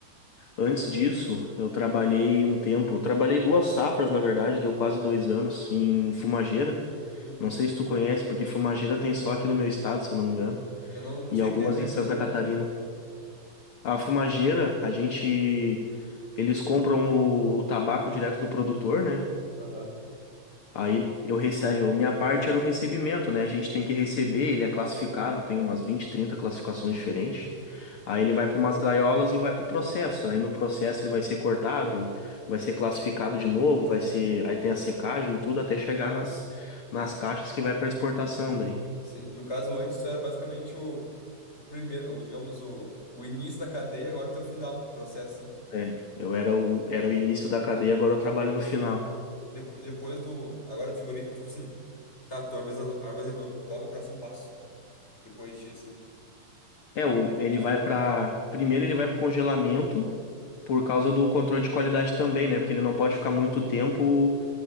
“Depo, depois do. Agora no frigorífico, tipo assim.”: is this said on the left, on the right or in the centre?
Left